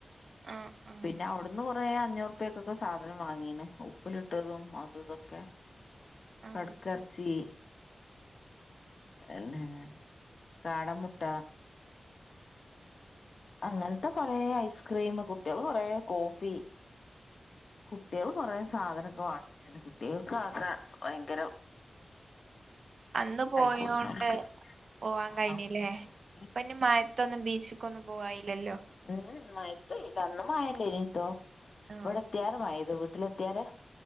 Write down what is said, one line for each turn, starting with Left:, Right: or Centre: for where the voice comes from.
Right: ആഹ് ആഹ്
Left: പിന്നെ അവിടു അന്ന് കുറേ അഞ്ഞൂറ്പക്കൊക്കെ സാധനം വാങ്ങീണ് ഉപ്പിലിട്ടതും അതുതൊക്കെ
Right: ആഹ്
Left: കട്ക്കറച്ചി എന്നെ കാട മുട്ട അങ്ങനത്തെ കൊറെ ഐസ്ക്രീം കുട്ട്യാള് കൊറേ കോഫി കുട്ട്യാള് കൊറേ സാധനോക്കെ വാങ്ങിച്ച്ണ് കുട്ട്യാകക്കെ ഭയങ്കരം
Right: അന്ന് പോയോണ്ട്
Left: പോയിണ് ഓൽക്ക്
Right: പോവാൻ
Left: ആഹ്
Right: കഴിഞ്ഞില്ലേ
Left: ഓൽക്ക്
Right: ഇപ്പോന്ന് മായത്തൊന്നും ബീച്ചക്ക്ന്നും പോവായില്ലലോ
Left: ഏഹ് ഉം മയത്ത് പോയി അന്ന് മയല്ലെനിട്ടോ
Right: ആഹ്
Left: ഇവിടെ എത്തിയാണ്ട് മയ പെയ്തു വീട്ടില് എത്തിയാണ്ട്